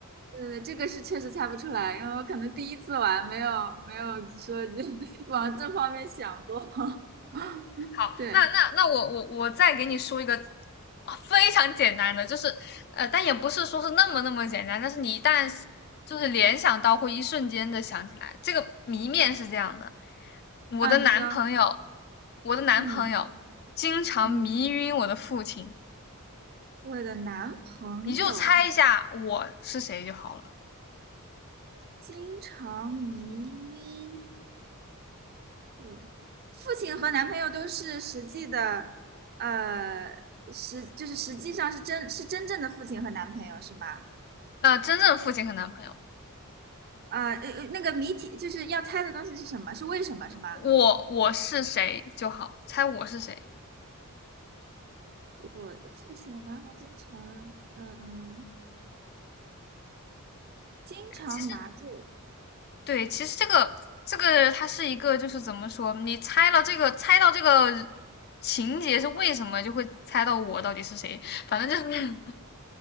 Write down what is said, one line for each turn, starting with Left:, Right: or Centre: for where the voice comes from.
Right: 对，这个是确实猜不出来，因为我可能第一次玩，没有没有说 <laughs> 往这方面想过。<laughs>
Left: 好，
Right: 对，
Left: 那那那我我我再给你说一个啊非常简单的，就是呃，但也不是说是那么那么简单，但是你一旦就是联想到，会一瞬间的想起来。这个谜面是这样的：
Right: 啊，
Left: 我的男朋友，
Right: 你说，
Left: 我的男朋友经常迷晕我的父亲，
Right: 嗯嗯，我的男朋友
Left: 你就猜一下我是谁就好了。
Right: 经常迷晕我，父亲和男朋友都是实际的，呃，实就是实际上是真是真正的父亲和男朋友是吗？
Left: 那真正父亲和男朋友，
Right: 啊，呃，呃那个谜题就是要猜的东西是什么？是为什么是吗？
Left: 我我是谁就好，猜我是谁。
Right: 我父亲的男孩经常，嗯。经常麻醉，
Left: 其实对，其实这个这个它是一个，就是怎么说，你猜了这个，猜到这个情节是为什么，就会猜到我到底是谁。反正就是